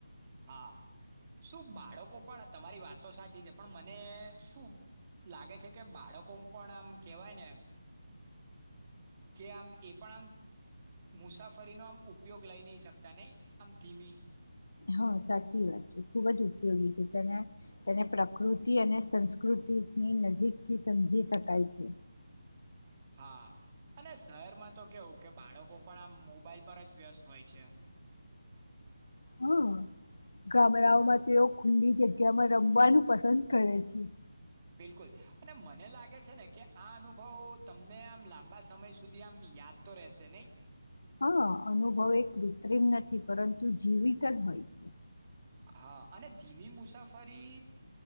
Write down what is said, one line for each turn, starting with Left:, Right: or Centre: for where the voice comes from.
Right: હા, શું બાળકો પણ તમારી વાત તો સાચી છે? પણ મને શું લાગે છે, કે બાળકો પણ આમ કેહેવાય ને કે આમ એ પણ આમ મુસાફરીનો આમ ઉપયોગ લઈ નહી શકતા નહી આમ ધીમી
Left: હા, સાચી વાત છે, ખુબજ ઉપગ છે, તેને પ્રકૃતિ અને સંસ્કૃતિની નજીકથી સમજી શકાય છે.
Right: હા, અને શહેરમાં તો કેવું કે બાળકો પણ આમ મોબાઈલ પર જ વ્યસ્ત હોય છે.
Left: હા, ગામડાઓમાં તે ખુલ્લી જગ્યામાં રમવાનું પસંદ કરે છે.
Right: બિલકુલ અને મને લાગે છે, ને કે આ અનુભવ તમને આમ લાંબા સમય સુધી આમ યાદ તો રહેશે, નહી?
Left: હા, અનુભવ એ કૃત્રિમ નથી, પરંતુ જીવિત જ હોય છે.
Right: હા, અને ધીમી મુસાફરી